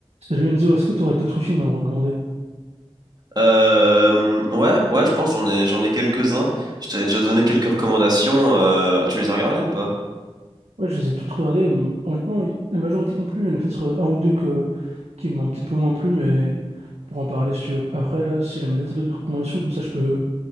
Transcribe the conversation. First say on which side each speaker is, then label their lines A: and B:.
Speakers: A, on the right; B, on the right.
A: Salut Enzo, est-ce que tu aurais d'autres films à me recommander?
B: Euh, ouais, ouais, je pense j'en ai j'en ai quelques-uns. Je t'avais déjà donné quelques recommandations. euh, tu les as regardées ou pas?
A: Ouais, je les ai tous regardés. m- Honnêtement, y- la majorité m'ont plu. Il y en a peut-être euh, un ou deux que, qui m'ont un petit peu moins plu, mais pour en parler, si tu veux, après, là, si jamais Nathalie a d'autres recommandations, comme ça, je peux